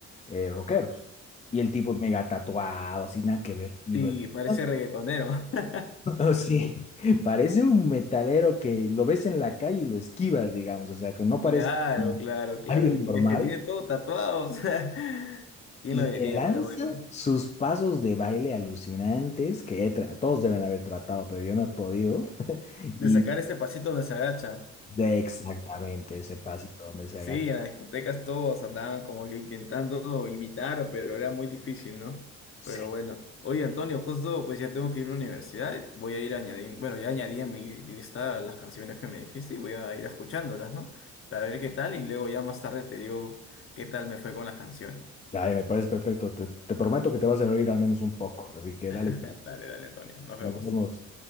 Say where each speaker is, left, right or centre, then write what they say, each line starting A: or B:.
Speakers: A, on the left; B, on the left.
A: eh, rockeros. Y el tipo mega tatuado, así, nada que ver. Y
B: Sí,
A: lo escuchas
B: parece reggaetonero. <laughs>
A: <laughs> Oh, sí, parece un metalero que lo ves en la calle y lo esquivas, digamos, o sea, que no parece
B: Claro, claro, claro.
A: alguien
B: Y
A: normal
B: es que tiene todo tatuado, o sea, <laughs> ¿quién
A: y
B: lo diría?
A: le lanza
B: Pero bueno,
A: sus pasos de baile alucinantes que he tra- todos deben haber tratado, pero yo no he podido. <laughs> Y
B: de sacar ese pasito donde se agacha.
A: de exactamente ese pasito donde se
B: Sí,
A: agacha.
B: en las discotecas todos andaban como que intentando imitar, pero era muy difícil, ¿no?
A: Sí,
B: Pero bueno. Oye, Antonio, justo pues ya tengo que ir a la universidad. Voy a ir añadiendo, bueno, ya añadí en mi lista las canciones que me dijiste y voy a ir escuchándolas, ¿no? Para ver qué tal y luego ya más tarde te digo qué tal me fue con las canciones.
A: Ay, me parece perfecto. Te, te prometo que te vas a reír al menos un poco, así que
B: <laughs>
A: dale,
B: Dale, dale, Antonio. Nos vemos.
A: nos vemos.